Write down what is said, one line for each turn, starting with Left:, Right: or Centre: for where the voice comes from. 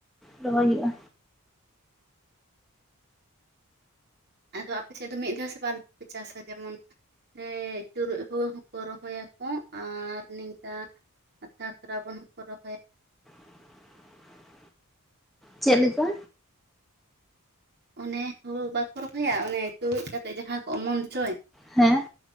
Centre: ᱨᱚᱦᱚᱭ ᱦᱩᱭᱩᱜᱼᱟ
Right: ᱟᱫᱚ ᱟᱯᱮ ᱥᱮᱫ ᱫᱚ ᱢᱤᱫ ᱫᱷᱟᱣ ᱥᱮ ᱵᱟᱝ ᱫᱷᱟᱣ ᱯᱮ ᱪᱟᱥᱟ ᱡᱮᱢᱚᱱ ᱦᱮ ᱪᱩᱨᱩᱡ ᱦᱩᱲᱩ ᱦᱚᱸᱠᱚ ᱨᱚᱦᱚᱭᱟᱠᱚ ᱟᱨ ᱱᱤᱝᱠᱟ ᱟᱛᱷᱟ ᱥᱨᱟᱵᱚᱱ ᱦᱚᱸᱠᱚ ᱨᱚᱦᱚᱭᱟ
Centre: <inaudible> ᱪᱮᱫ ᱞᱮᱠᱟ
Right: ᱚᱱᱮ ᱦᱩᱲᱩ ᱵᱟᱠᱚ ᱨᱚᱦᱚᱭᱟ ᱚᱱᱮ ᱪᱩᱣᱡ ᱠᱟᱛᱮ ᱡᱟᱦᱟᱸ ᱠᱚ ᱚᱢᱚᱱ ᱦᱚᱪᱚᱭ
Centre: ᱦᱮᱸ